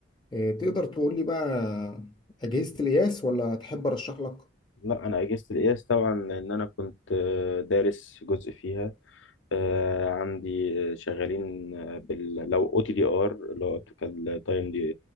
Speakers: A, on the left (about 25°); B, on the left (about 75°).
A: إيه، تقدر تقول لي بقى أجهزة القياس ولا تحب ارشح لك
B: لا أنا أجهزة القياس طبعا إن أنا كنت آه، دارس جزء فيها آه، عندي شغالين آه، بال لو او تي دي ار اللي هو اوبتيكال تايم